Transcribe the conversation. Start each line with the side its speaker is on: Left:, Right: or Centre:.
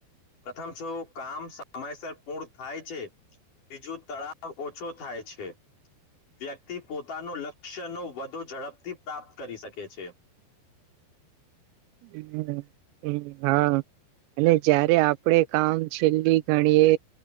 Left: પ્રથમ છો કામ સમયસર પૂર્ણ થાય છે બીજું તળાવ ઓછો થાય છે વ્યક્તિ પોતાનું લક્ષ્યનો વધુ ઝડપથી પ્રાપ્ત કરી શકે છે
Right: હમ્મ હમ્મ હા અને જારે આપણે કામ છેલ્લી ઘણીએ